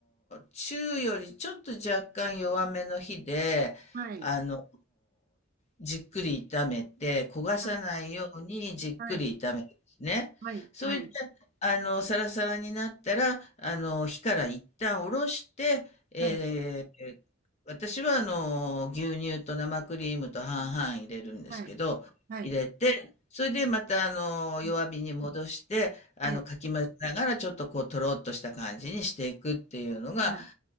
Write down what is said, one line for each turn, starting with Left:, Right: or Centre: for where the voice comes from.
Left: 中よりちょっと若干弱めの火で、
Right: はい。
Left: あの、じっくり炒めて、焦がさないようにじっくり炒めるんですね。
Right: はい。はい。はい。
Left: それで、
Right: はい。
Left: あの、サラサラになったら、あの、火から一旦下ろして、えー
Right: ええ。
Left: 私は、あの、牛乳と生クリームと半々入れるんですけど、
Right: はい。はい。
Left: 入れて、それでまたあの、
Right: うん
Left: 弱火に戻して、あの、
Right: ええ。
Left: かき混ぜながらちょっとこうとろっとした感じにしていくっていうのが、
Right: はい。
Left: あ